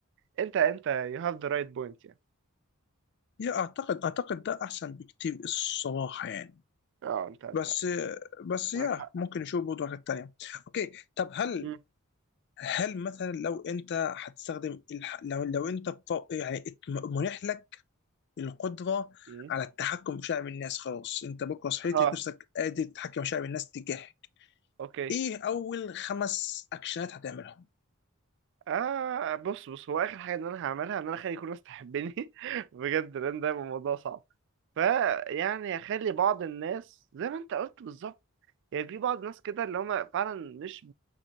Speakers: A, on the right; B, on the left.
A: انت انت you have the right point يعني
B: يا اعتقد اعتقد ده احسن بكتير الصراحه يعني
A: اه انت انت
B: بس بس
A: معاك
B: يا
A: حق
B: ممكن نشوف برضه حاجات تانية اوكي طب هل
A: مم.
B: هل مثلا لو انت هتستخدم الح... لو لو انت ف- يعني ات- منح لك القدرة
A: مم.
B: على التحكم في شعب الناس خلاص انت بكره صحيت
A: ها
B: لقيت نفسك قادر تتحكم في شعب الناس تجاهك
A: اوكي
B: ايه اول خمس اكشنات هتعملهم؟
A: آه بص بص هو آخر حاجة إن أنا هعملها إن أنا أخلي كل الناس تحبني <laughs> بجد لأن ده يبقى موضوع صعب فيعني هخلي بعض الناس زي ما أنت قلت بالظبط يعني في بعض الناس كده اللي هما فعلا مش